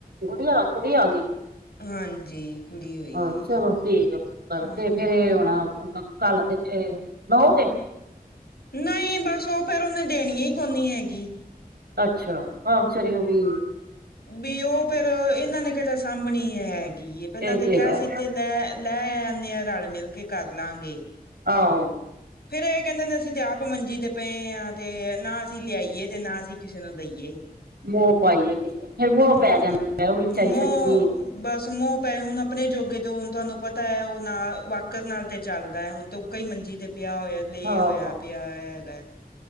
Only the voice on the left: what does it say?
ਹਾਂਜੀ ਕੁੜੀ ਹੋਈ
ਹੈ
ਹਾਂਜੀ
ਨਹੀਂ ਬਸ ਉਹ ਫਿਰ ਉਹਨੇ ਦੇਣ ਈ ਕੋਨੀ ਹੈਗੀ।
ਵੀ ਉਹ ਫਿਰ ਇਹਨਾਂ ਨੇ ਕ ਸਾਂਭਣੀ ਹੈਗੀ ਐ ਪਹਿਲਾਂ
ਤੇ ਕਿਹਾ
ਸੀ ਤੇ ਲੈ ਲੈ ਆਨੇ ਆ ਰਲ ਮਿਲ ਕੇ ਕਰਲਾਂਗੇ।
ਫਿਰ ਇਹ ਕਹਿੰਦੇ ਅਸੀਂ ਤੇ ਆਪ ਮੰਜੀ ਤੇ ਪਏ ਹਾਂ ਤੇ ਨਾ ਅਸੀਂ ਲਿਆਈਏ ਤੇ ਨਾ ਅਸੀਂ ਕਿਸੇ ਨੂੰ ਦਈਏ।
ਹਾਂ
ਬ
ਮੋਹ
ਬਸ ਮੋਹ ਪਏ, ਹੁਣ ਆਪਣੇ ਜੋਗੇ ਤੇ ਹੁਣ ਤੁਹਾਨੂੰ ਪਤਾ ਆ ਉਹ ਨਾਲ ਵਾਕਰ ਨਾਲ ਤੇ ਚੱਲਦਾ ਹੈ ਹੁਣ ਤੇ ਕਈ ਮੰਜੀ ਤੇ ਪਿਆ ਹੋਇਆ ਲੇ
ਹੋਇਆ ਪਿਆ ਹੈਗਾ